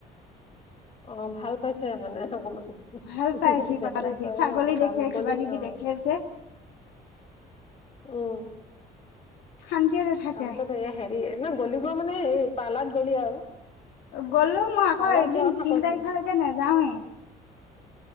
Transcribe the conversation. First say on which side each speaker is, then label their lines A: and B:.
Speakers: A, on the left; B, on the left.
A: অ ভাল পাইছে মানে অকমান,
B: ভাল
A: ইটো
B: পায়
A: সিটো
B: সি
A: দেখে
B: পথাৰলৈ সি
A: কৰে
B: ছাগলী
A: ন পথাৰ
B: দেখে
A: মুকলি
B: কিবা কিবি
A: আৰু
B: দেখে যে।
A: <unintelligible> উম,
B: শান্তিয়ে নাথাকে
A: তাৰপিছত এই হেৰি ন গলি মানে এই পাৰ্লাত গ'লি আৰু
B: গলো মই আকৌ
A: পাৰ্লাৰত
B: এদিন
A: যোৱা কথা
B: তিন
A: কৈছে।
B: তাৰিখলৈকে নাযাওহে।